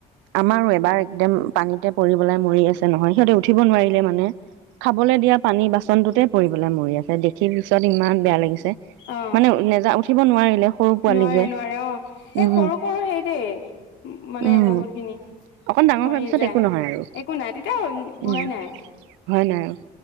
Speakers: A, on the right (about 75°); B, on the left (about 70°).
A: আমাৰো এবাৰ একদম পানীতে পৰিবেলাই মৰি আছে নহয় সিহঁতে উঠিব নোৱাৰিলে মানে খাবলৈ দিয়া পানী বাচন টোতে পৰিব মৰি আছে দেখি পিছত ইমান বেয়া লাগিছে
B: অ
A: মানে নেযা উঠ ৰাখিব নোৱাৰিলে সৰু পোৱালি
B: নোৱাৰে
A: যে
B: নোৱাৰে অ এ
A: উম
B: সৰু সৰু হেই দেই মানে
A: উম
B: বহুত খিনি
A: অকন ডাঙৰ
B: মৰি
A: হোৱাৰ পিছত
B: যায়
A: একো নহয় আৰু
B: একো নাই তেতিয়া
A: উম
B: ভয় নাই
A: হয় নাই আৰু